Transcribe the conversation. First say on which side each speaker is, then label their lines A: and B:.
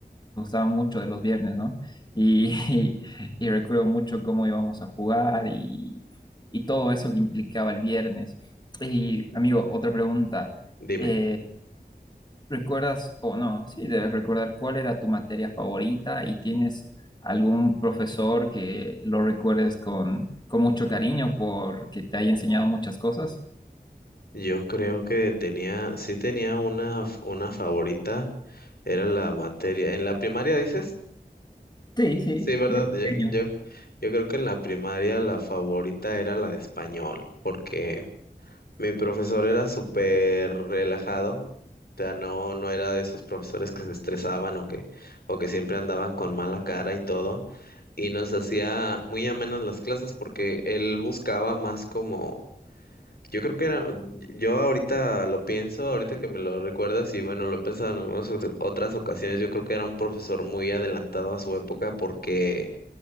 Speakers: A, on the left; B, on the left.
A: gustaba mucho de los viernes, ¿no? Y, <laughs> y, y recuerdo mucho cómo íbamos a jugar y, y todo eso que implicaba el viernes. Y, amigo, otra pregunta.
B: Dime,
A: Eh, ¿recuerdas o no? Sí, debes recordar cuál era tu materia favorita y tienes algún profesor que lo recuerdes con, con mucho cariño porque te haya enseñado muchas cosas.
B: yo creo que tenía, sí tenía una, f- una favorita, era la materia. ¿En la primaria dices?
A: Sí, sí,
B: Sí, ¿verdad?
A: de pequeño.
B: Yo, yo, yo creo que en la primaria la favorita era la de español, porque Mi profesor era súper relajado, o sea, no, no era de esos profesores que se estresaban o que, o que siempre andaban con mala cara y todo, y nos hacía muy amenas las clases porque él buscaba más como, yo creo que era, yo ahorita lo pienso, ahorita que me lo recuerdas y bueno, lo he pensado en algunas otra- otras ocasiones, yo creo que era un profesor muy adelantado a su época porque